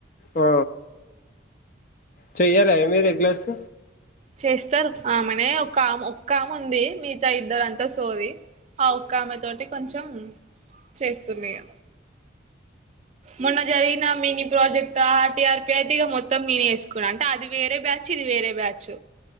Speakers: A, on the left; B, on the right.
A: ఆ చెయ్యారా ఏ మీరు రెగ్యులర్స్
B: చేస్తారు ఆమెనే ఒక్క ఆమ ఒక్క ఆమె ఉంది మిగతా ఇద్దరు అంతా సోదీ ఓక్క ఆమె తోటి కొంచెం చేస్తున్న ఇగ మొన్న జరిగిన మినీ ప్రాజెక్ట్ ఆర్ టీఆర్పిఐ ఈగా మొత్తం నినే చేసుకున్న అది వేరే బ్యాచ్ ఇది వేరే బ్యాచ్